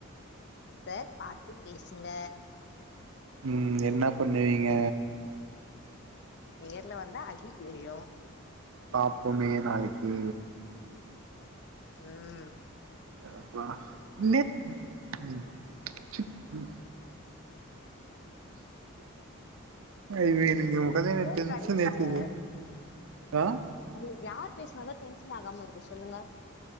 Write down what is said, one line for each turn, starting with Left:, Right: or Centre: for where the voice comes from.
Left: சார் பாத்து பேசுங்க
Right: ம் என்னா பண்ணுவீங்க
Left: நேர்ல வந்தா அடி விழு
Right: பாப்போமே நாளைக்கு
Left: ம்
Right: அப்ப நெத் <inaudible> இது இங்க
Left: சிரிச்சுட்டே
Right: உக்காந்துனு என்ன
Left: இருக்காதீங்க
Right: டென்ஷன் ஏத்துது
Left: சார்
Right: ஆ
Left: உங்களுக்கு யார் பேசுனாதா டென்ஷன் ஆகாம இருக்கு சொல்லுங்க